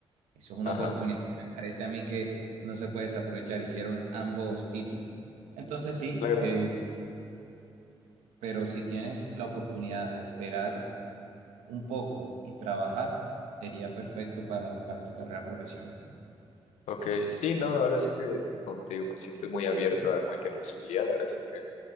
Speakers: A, on the right; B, on the left.
A: Eso es una
B: Ajá,
A: oportunidad que me parece a mí que no se puede desaprovechar, hicieron ambos títulos. Entonces sí,
B: claro.
A: eh, pero si tienes la oportunidad de esperar un poco y trabajar, sería perfecto para, para tu carrera profesional.
B: Ok, sí, no, ahora sí que, como te digo, pues sí estoy muy abierto a cualquier posibilidad, ahora sí que